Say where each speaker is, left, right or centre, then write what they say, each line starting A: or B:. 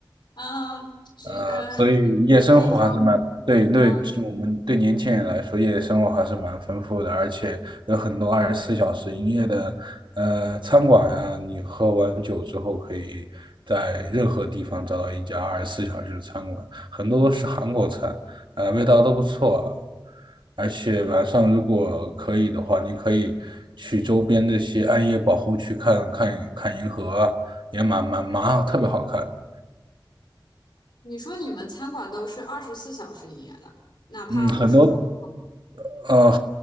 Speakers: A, on the left (about 70°); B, on the right (about 75°).
A: 嗯，局呃，
B: 呃，所以夜生活还是蛮，
A: <laughs> 平常
B: 对对，
A: 嗯，
B: 我们对年轻人来说，夜生活还是蛮丰富的，而且有很多二十四小时营业的，呃，餐馆呀，你喝完酒之后，可以在任何地方找到一家二十四小时的餐馆，很多都是韩国菜，呃，味道都不错，而且晚上如果可以的话，你可以去周边这些暗夜保护区看看看银河啊也蛮蛮蛮好特别好看的。
A: 你说你们餐馆都是二十四小时营业的，哪怕不是周，
B: 嗯，很多呃，